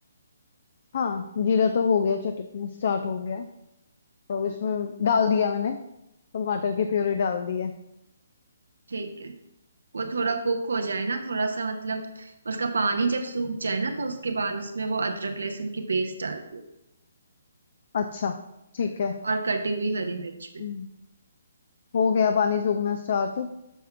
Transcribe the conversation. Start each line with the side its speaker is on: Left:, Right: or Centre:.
Left: हाँ जीरा तो हो गया चटकना स्टार्ट हो गया तो अब इसमें डाल दिया मैंने टमाटर की प्योरी डाल दी है
Right: ठीक है वो थोड़ा कुक हो जाए ना थोड़ा सा मतलब उसका पानी जब सूख जाए ना तो उसके बाद उसमें वो अदरक लहसुन की पेस्ट डाल दो
Left: अच्छा ठीक है
Right: और कटी हुई हरी मिर्च
Left: हम्म, हो गया पानी सूखना स्टार्ट